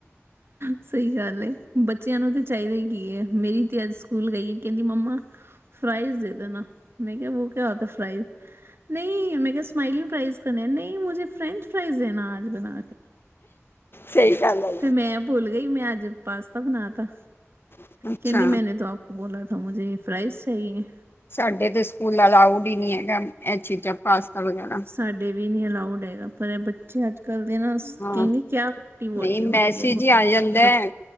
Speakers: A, on the right; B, on the left.
A: ਸਹੀ ਗੱਲ ਬੱਚਿਆਂ ਨੂੰ ਤੇ ਚਾਹੀਦਾ ਹੀ ਕੀ ਹੈ। ਮੇਰੀ ਤੇ ਅੱਜ ਸਕੂਲ ਗਈ। ਕਹਿੰਦੀ ਮੰਮਾ ਫਰਾਈਜ਼ ਦੇ ਦੇਣਾ, ਮੈਂ ਕਿਹਾ ਬੋ ਕਿਆ ਹੋਤਾ ਫਰਾਈਜ਼, ਨਹੀਂ ਮੈਂ ਕਿਹਾ ਸਮਾਈਲਿੰਗ ਪ੍ਰਾਈਜ਼ ਕਰਨਾ, ਨਹੀਂ ਮੁਝੇ ਫਰੇੈਂਚ ਪ੍ਰਰਾਈਜ਼ ਦੇਣਾ ਆਜ ਬਣਾ ਕੇ,
B: ਸਹੀ ਗੱਲ ਆ।
A: ਤੇ ਮੈਂ ਭੁੱਲ ਗਈ, ਮੈਂ ਅੱਜ ਪਾਸਤਾ ਬਣਾ ਤਾ
B: ਏ। ਅੱਛਾ
A: ਕਹਿੰਦੀ ਮੈਨੇ ਤੋ ਆਪ, ਉਹ ਬੋਲਾ ਦਾ ਮੁਝੇ ਫਰਾਈਜ਼ ਚਾਹੀਏ।
B: ਸਾਡੇ ਤੇ ਸਕੂਲ ਅਲਾਊਡ ਹੀ ਨਹੀਂ ਹੈਗਾ, ਇਹ ਚੀਜ਼ਾਂ ਪਾਸਤਾ ਵਗੈਰਾ।
A: ਸਾਡੇ ਵੀ ਨਹੀਂ ਅਲਾਊਡ ਹੈਗਾ, ਪਰ ਇਹ ਬੱਚੇ ਅੱਜ-ਕੱਲ੍ਹ ਦੇ ਨਾ,
B: ਹਾਂ
A: ਕਹਿੰਦੀ ਕਿਆ ਰੋਟੀ ਵੋਟੀ
B: ਨਹੀਂ
A: ਹੋਤੀ
B: ਮੈਸੇਜ
A: ਹੈ ਰੋਟੀ
B: ਹੀ ਆ ਜਾਂਦਾ
A: ਵੋਟੀ,
B: ਹੈ।